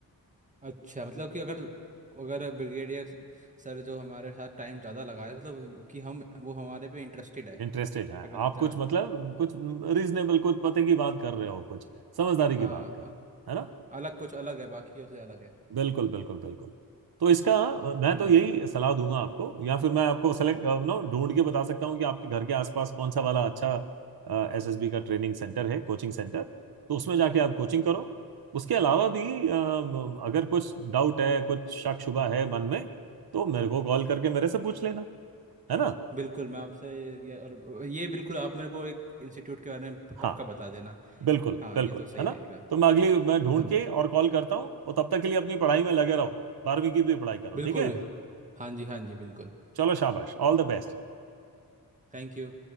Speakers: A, on the right; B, on the right.
A: अच्छा मतलब कि अगर अगर ब्रिगेडियर सर जो हमारे साथ टाइम ज़्यादा लगाए मतलब कि हम वो हमारे पे इंटरेस्टेड है
B: इंटरेस्टेड है
A: अगर
B: आप
A: जा
B: कुछ मतलब
A: ओ,
B: कुछ रीजनेबल कुछ पते की बात कर रहे हो कुछ समझदारी की
A: हाँ
B: बात कर रहे
A: अ-
B: हो है ना
A: अलग कुछ अलग है बाकी उसे अलग है
B: बिल्कुल बिल्कुल बिल्कुल तो इसका अ, मैं
A: समझ
B: तो यही
A: गए
B: सलाह दूंगा आपको या फिर मैं आपको सेलेक्ट नो ढूंढ के बता सकता हूँ कि आपके घर के आसपास कौन सा वाला अच्छा एसएसबी का ट्रेनिंग सेंटर है कोचिंग सेंटर तो उसमें जाके आप कोचिंग करो उसके अलावा भी अ, अगर कुछ डाउट है कुछ शक शुबा है मन में तो मेरे को कॉल करके मेरे से पूछ लेना है ना
A: बिल्कुल मैं आपसे ये और ये बिल्कुल आप मेरे को एक इंस्टीट्यूट के बारे में प- पक्का
B: हाँ
A: बता देना
B: बिल्कुल
A: हाँ
B: बिल्कुल
A: ये तो सही
B: है ना
A: रहेगा
B: तो मैं अगली मैं ढूंढ
A: हाँ जी
B: के और कॉल करता हूँ और तब तक के लिए अपनी पढ़ाई में लगे रहो बारहवीं की भी पढ़ाई करो
A: बिल्कुल
B: ठीक है
A: हाँ जी हाँ जी बिल्कुल
B: चलो शाबाश ऑल द बेस्ट
A: Thank you